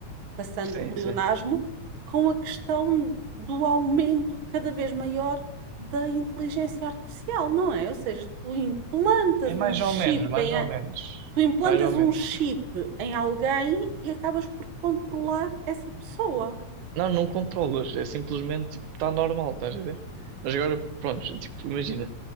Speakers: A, on the right (about 55°); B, on the right (about 80°).
A: passando
B: Sim,
A: o pleonasmo,
B: sim.
A: com a questão do aumento cada vez maior da inteligência artificial, não é? Ou seja, tu implantas
B: É
A: um
B: mais
A: chip
B: ou menos, mais
A: em,
B: ou menos.
A: tu implantas
B: Mais ou menos.
A: um chip em alguém e acabas por controlar essa pessoa.
B: Não, não controlas, é simplesmente tipo, está normal, estás a ver? Mas agora, pronto, tipo, imagina,